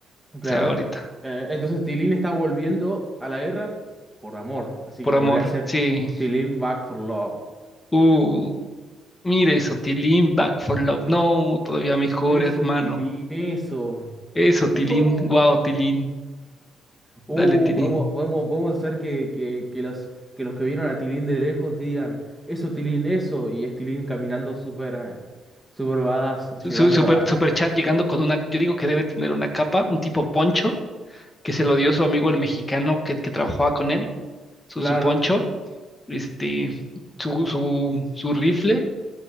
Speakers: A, in the centre; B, on the left (about 20°).
A: Claro.
B: O sea, ahorita.
A: Eh, entonces Tilín está volviendo a la guerra por amor. Así
B: Por
A: que podría
B: amor,
A: ser
B: sí.
A: Tilín Back for Love.
B: Uh. Mira eso, Tilín, Back for Love. No, todavía mejor,
A: Eso,
B: hermano.
A: Tilín, eso.
B: Eso, Tilín,
A: Ujú.
B: wow, Tilín.
A: Uh,
B: Dale, Tilín.
A: podemos, podemos, podemos hacer que, que, que los, que los que vieron a Tilín de lejos digan, eso, Tilín, eso. Y es Tilín caminando súper eh, súper badass,
B: Su,
A: llegando
B: super,
A: a...
B: super chat llegando con una, yo digo que debe tener una capa, un tipo poncho, que se lo dio su amigo el mexicano que, que trabajaba con él, su,
A: Claro.
B: su poncho, este, su, su, su rifle